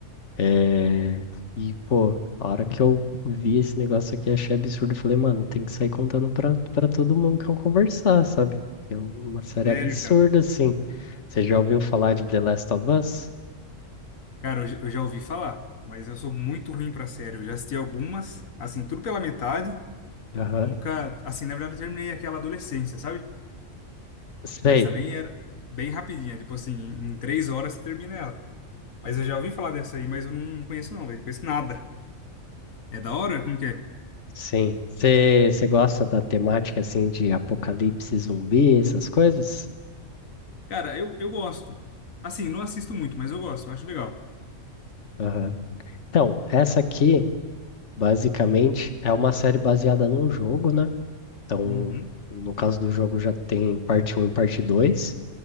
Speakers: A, on the left; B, on the left.
A: é, e, pô, a hora que eu vi esse negócio aqui, achei absurdo. Falei, mano, tem que sair contando pra, pra todo mundo que eu conversar, sabe? Que É uma série
B: Sério,
A: absurda,
B: cara?
A: assim. Você já ouviu falar de The Last of Us?
B: Cara, eu, j- eu já ouvi falar, mas eu sou muito ruim pra série. Eu já assisti algumas, assim, tudo pela metade.
A: Aham.
B: Nunca, assim, na verdade, eu terminei aquela adolescência, sabe?
A: Sei,
B: Mas também era bem rapidinha, tipo assim, em em três horas você termina ela. Mas eu já ouvi falar dessa aí, mas eu não conheço não, velho, conheço nada. É da hora? Como que é?
A: sim. Você você gosta da temática, assim, de apocalipse zumbi, essas coisas?
B: Cara, eu, eu gosto. Assim, não assisto muito, mas eu gosto, eu acho legal.
A: Aham. Então, essa aqui. Basicamente, é uma série baseada num jogo, né? Então,
B: Uhum,
A: no caso do jogo, já tem parte um e parte dois